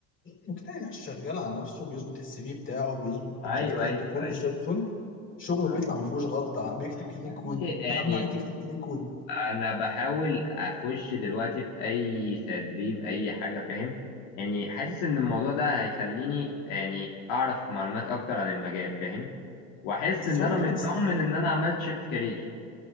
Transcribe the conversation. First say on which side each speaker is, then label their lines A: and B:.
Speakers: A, on the left (about 30°); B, on the left (about 75°).
A: مجتهد عايش شغال على نفسه بيظبط السي في بتاعه بيظبط بروجكتاته
B: ايوه ايوه
A: كله
B: ايوه
A: زي الفل شغله بيطلع
B: آه.
A: ما فيهوش غلطه بيكتب
B: والله
A: كلين كود
B: يعني
A: اهم حاجه تكتب كلين كود
B: انا بحاول اخش دلوقتي في اي تدريب اي حاجه فاهم يعني حاسس ان الموضوع ده هيخليني يعني اعرف معلومات اكتر عن المجال فاهم واحس
A: بس
B: ان
A: هو
B: انا
A: انت
B: مطمن
A: ما تست...
B: ان انا عملت شيفت كارير